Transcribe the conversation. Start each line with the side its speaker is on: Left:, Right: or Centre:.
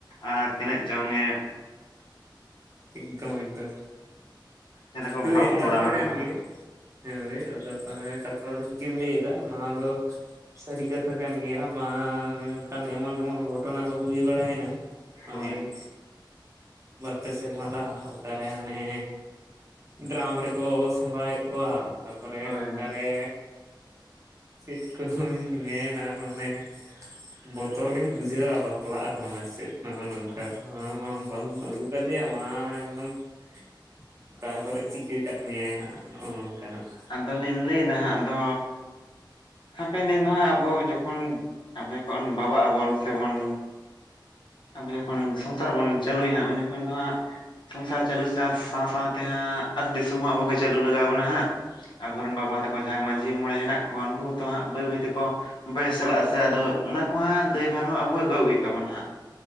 Left: ᱟᱨ ᱛᱤᱱᱟᱹᱜ ᱪᱚᱝᱼᱮ ᱾
Right: ᱮᱠᱫᱚᱢ ᱮᱠᱫᱚᱢ
Left: ᱠᱚ
Right: ᱦᱳᱭ
Left: ᱵᱟᱵᱚᱱ
Right: ᱠᱟᱛᱷᱟ
Left: ᱨᱚᱲᱟ ᱚᱱᱟ
Right: ᱠᱟᱱ
Left: ᱠᱚᱫᱚ ᱦᱟᱸᱜ
Right: ᱜᱮᱭᱟ ᱾ ᱦᱳᱭ ᱟᱫᱚ <unintelligible> ᱠᱟᱛᱷᱟ ᱫᱚ ᱴᱷᱤᱠ ᱜᱮᱢ ᱞᱟᱹᱭ ᱫᱟ ᱱᱚᱣᱟ ᱫᱚ ᱥᱟᱹᱨᱤ ᱠᱟᱛᱷᱟ ᱠᱟᱱ ᱜᱮᱭᱟ ᱢᱟ ᱮᱱᱠᱷᱟᱱ ᱮᱢᱚᱱ ᱮᱢᱚᱱ ᱜᱷᱚᱴᱚᱱᱟ ᱠᱚ ᱦᱩᱭ ᱵᱟᱲᱟᱭᱱᱟ ᱳᱭ
Left: ᱦᱳᱭ
Right: ᱯᱮ ᱥᱮᱨᱢᱟ ᱚᱠᱟᱨᱮ ᱦᱟᱱᱮ ᱰᱮᱨᱟᱢ ᱨᱮᱠᱚ ᱥᱟᱢᱵᱟᱣᱮᱫ ᱠᱚᱣᱟ, ᱛᱟᱯᱚᱨᱮ
Left: ᱦᱳᱭ
Right: ᱚᱠᱟᱨᱮ ᱪᱮᱫ ᱠᱚᱦᱚᱧ ᱢᱮᱱᱟ ᱢᱟᱱᱮ ᱵᱚᱛᱚᱨ ᱜᱮᱢ ᱵᱩᱡᱷᱟᱹᱣᱟ ᱵᱟᱯᱞᱟᱜ ᱦᱚᱸ ᱟᱨ ᱪᱮᱫ, ᱦᱚᱸᱜ-ᱚ ᱱᱚᱝᱠᱟ ᱟᱢ ᱢᱟᱢ ᱵᱟᱦᱩᱢ ᱟᱹᱜᱩ ᱠᱟᱫᱮᱭᱟ ᱢᱟ <unintelligible> ᱚᱠᱟ ᱠᱚᱨᱮᱜ ᱮ ᱪᱤᱠᱟᱹ ᱠᱟᱫ ᱢᱮᱭᱟᱭ ᱦᱟᱸᱜ ᱱᱚᱜᱼᱚ ᱱᱚᱝᱠᱟᱱᱟᱜ ᱾
Left: ᱟᱫᱚᱞᱤᱧ ᱞᱟᱹᱭᱫᱟ ᱦᱟᱸᱜ ᱟᱫᱚ ᱦᱟᱯᱮᱱ ᱫᱤᱱ ᱫᱚ ᱦᱟᱸᱜ ᱟᱵᱚ ᱡᱚᱠᱷᱚᱱ ᱟᱵᱚ ᱡᱚᱠᱷᱚᱱ ᱵᱟᱵᱟᱜ ᱟᱵᱚᱱ ᱥᱮᱵᱚᱱ ᱟᱵᱚ ᱡᱚᱠᱷᱚᱱ ᱥᱚᱝᱥᱟᱨ ᱵᱚᱱ ᱪᱟᱹᱞᱩᱭᱟ ᱦᱟᱸᱜ ᱩᱱ ᱡᱚᱠᱷᱚᱱ ᱫᱚ ᱦᱟᱸᱜ ᱥᱚᱝᱥᱟᱨ ᱪᱟᱹᱞᱩ ᱥᱟᱶ ᱥᱟᱶᱛᱮ ᱦᱟᱸᱜ ᱫᱤᱥᱚᱢ ᱦᱚᱸ ᱟᱵᱚ ᱜᱮ ᱪᱟᱹᱞᱩ ᱞᱟᱜᱟᱣ ᱵᱚᱱᱟ ᱦᱟᱸᱜ ᱾ ᱟᱵᱚᱨᱮᱱ ᱵᱟᱵᱟ ᱛᱟᱠᱚ ᱡᱟᱦᱟᱸᱭ ᱢᱟᱹᱡᱷᱤ ᱢᱚᱬᱮ ᱦᱮᱱᱟᱜ ᱠᱚᱣᱟ ᱩᱱᱠᱩ ᱦᱚᱸᱛᱚ ᱦᱟᱸᱜ ᱵᱟᱹᱭ ᱵᱟᱹᱭ ᱛᱮᱠᱚ ᱵᱚᱭᱮᱹᱥ ᱪᱟᱞᱟᱜ ᱟᱥᱮ ᱟᱫᱚ ᱚᱱᱟ ᱠᱚ ᱦᱟᱸᱜ ᱫᱟᱹᱭᱵᱷᱟᱨ ᱦᱚᱸ ᱟᱵᱚ ᱜᱚᱜ ᱦᱩᱭᱩᱜ ᱛᱟᱵᱚᱱᱟ ᱦᱟᱸᱜ